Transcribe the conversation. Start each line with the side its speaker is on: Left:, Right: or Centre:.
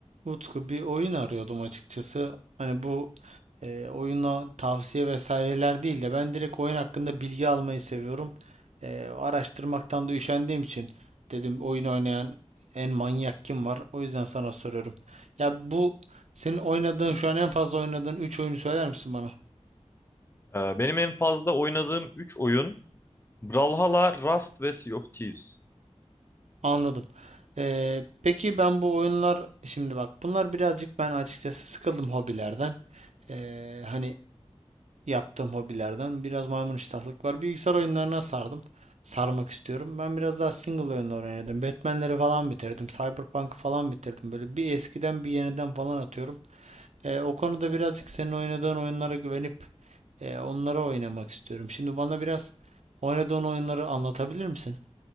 Right: Utku bir oyun arıyordum açıkçası. Hani bu e, oyuna tavsiye vesaireler değil de ben direkt oyun hakkında bilgi almayı seviyorum. E, araştırmaktan da üşendiğim için dedim oyun oynayan en manyak kim var? O yüzden sana soruyorum. Ya bu senin oynadığın şu an en fazla oynadığın 3 oyunu söyler misin bana?
Left: Ee, Benim en fazla oynadığım 3 oyun Brawlhalla, Rust ve Sea of Thieves.
Right: Anladım. E, peki ben bu oyunlar şimdi bak bunlar birazcık ben açıkçası sıkıldım hobilerden. E, hani yaptığım hobilerden biraz maymun iştahlık var. Bilgisayar oyunlarına sardım. Sarmak istiyorum. Ben biraz daha single oyunlar oynadım. Batman'leri falan bitirdim. Cyberpunk'ı falan bitirdim. Böyle bir eskiden bir yeniden falan atıyorum. E, o konuda birazcık senin oynadığın oyunlara güvenip e, onları oynamak istiyorum. Şimdi bana biraz oynadığın oyunları anlatabilir misin?